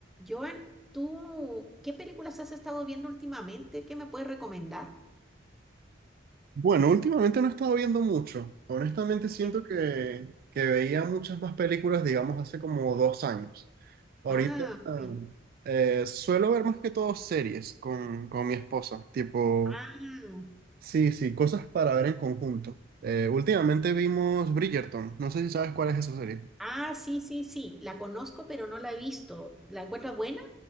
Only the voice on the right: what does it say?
Bueno, últimamente no he estado viendo mucho. Honestamente siento
que, que veía muchas más películas, digamos, hace como dos años. Ahorita
eh, suelo ver más que todo series con, con mi esposa, tipo,
sí, sí, cosas para ver en conjunto. Eh, últimamente vimos Bridgerton, no sé si sabes cuál es esa serie.